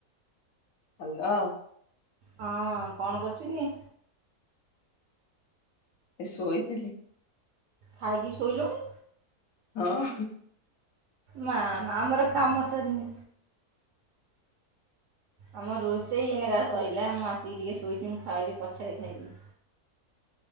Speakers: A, on the left; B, on the right.
A: ହଁ
B: ହଁ କଣ କରୁଚି କି?
A: ଏ ଶୋଇଥିଲି।
B: ଥାଇ କି ଶୋଇଲୁଣି।
A: ହଁ।
B: ମା ଆମର କାମ ସରିନି। ଆମ ରୋଷେଇ ଏନକା ସୋଇଲା ମୁଁ ଆସିକି ଟିକେ ଶୋଇଛି ମୁଁ ଖାଇଲି ପଛରେ ଖାଇବି।